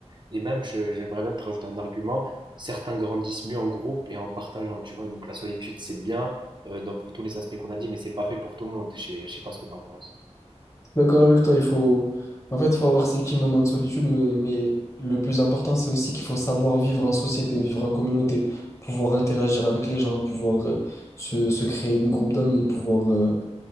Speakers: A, on the right; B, on the left.
A: Et même je- j'aimerais bien te rajouter un argument. Certains grandissent mieux en groupe et en partageant, tu vois. Donc la solitude c'est bien euh, dans- pour tous les aspects qu'on a dit, mais c'est pas fait pour tout le monde. Je sais je sais pas ce que t'en penses.
B: D'accord avec toi, il faut, en fait, faut avoir ces petits moments de solitude, mais, mais le plus important, c'est aussi qu'il faut savoir vivre en société, vivre en communauté, pouvoir interagir avec les gens, pouvoir euh, se, se créer des groupes d'amis, pouvoir... euh,